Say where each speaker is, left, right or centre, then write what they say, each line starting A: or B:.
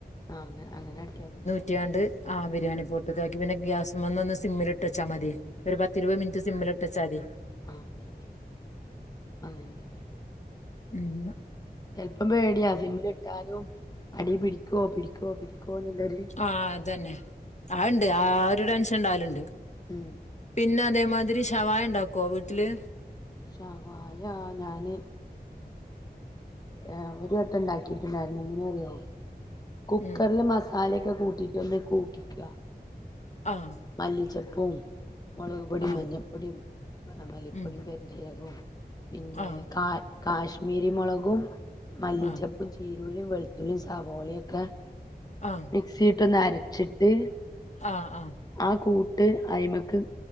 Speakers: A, on the left (about 25°); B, on the left (about 45°).
A: ആ അങ്ങനെ അട്ടിയാ മതി
B: റ്റിയാണ്ട് ആ ബിരിയാണി പൊട്ട്കാക്കി പിന്നെ ഗ്യാസ്മൽന്ന് ഒന്ന് സിമ്മിൽട്ടച്ചാ മതി ഒരു പതിരുവതു മിനിട്ട് സിംമിലിട്ടച്ചാമതി
A: ആ അത് തന്നെ അങ്ങനെ തന്നെ <unintelligible>
B: ഉം
A: ചെലപ്പം പേടിയാ സിമ്മിലിട്ടാലും അടി പിടിക്കുവോ പിടിക്കോ പിടിക്കുവോന്നുള്ളൊരു
B: ആഹ് അതന്നെ ആ ഉണ്ട് ആ ഒരു ടെൻഷൻ ഉണ്ടാവലുണ്ട്
A: ഉം
B: പിന്നെ അതേമാതിരി ഷവായ ഉണ്ടാക്കുവോ വീട്ടില്
A: ഷവായ ഞാന് ഏ ഒരു വട്ടം ഉണ്ടാക്കിയിട്ടുണ്ടായിരുന്നു എങ്ങനെ അറിയോ കുക്കറില്
B: ഉം
A: മസാലയൊക്കെ കൂട്ടിയിട്ട് ഒന്ന് കൂക്കിക
B: ആഹ
A: മല്ലിച്ചെപ്പും മുളക് പൊടിയും
B: ആ
A: മഞ്ഞൾപ്പൊടിയും മല്ലിപ്പൊടിയും
B: ഉം
A: പെരുചീരകവും പിന്നെ
B: ആ
A: കാ കാശ്മീരി മുളകും മല്ലിചെപ്പും
B: ആ
A: ചീരുള്ളിയും വെളുത്തുള്ളിയും സവോളയൊക്കെ
B: ആഹ്
A: മിക്സിട്ട് ഒന്ന് അരച്ചിട്ട്
B: ആഹ് ആഹ്
A: ആ കൂട്ട് അയിമക്ക്